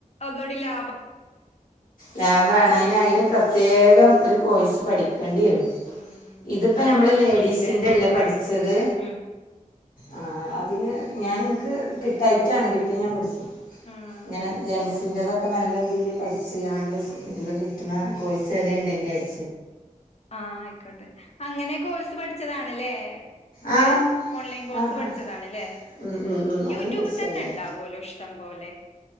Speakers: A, on the left (about 50°); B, on the left (about 85°).
A: ഒന്നൂടിലാ
B: ലഭാണ് അയ്ന് അയിന് പ്രത്യേകം ഒര് കോഴ്സ് പഠിക്കണ്ടി വരും
A: ഉം
B: ഇത് പ്പം
A: നല്ലോം
B: ഞമ്മള്
A: പഠിക്കാണ്ട്ല്ലേ
B: ലേഡീസിന്റെ ല്ലേ പഠിച്ചത്
A: ഉം
B: ആ അത് പിന്നെ ഞാൻ ഇൻക്ക് കിട്ടായ്റ്റാണ് കിട്ടിയാ ഞാൻ പഠിച്ചും
A: ആഹ്
B: ഇങ്ങനെ ജെൻസ് ഇതിന്റെ തൊക്കെ നല്ല ഇതീല് പഠിച്ച് കാണ്ട് ഇത്കിട്ട്ണകോഴ്സ് ഏതേ ണ്ടെങ്കി ആയിക്ക്
A: ആ ആയിക്കോട്ടെ അങ്ങനെ കോഴ്സ് പഠിച്ചതാണ് ല്ലേ. ഇത്
B: ആ
A: ഓൺലൈൻ കോഴ്സ്
B: ആഹാ
A: പഠിച്ചതാണ് ല്ലേ.
B: ഉം ഉം ഉം. അങ്ങനെ
A: യൂട്യൂബ്
B: പഠിച്ചതുകൊണ്ട്
A: തന്നെ ഉണ്ടാകല്ലോ ഇഷ്ടം പോലെ.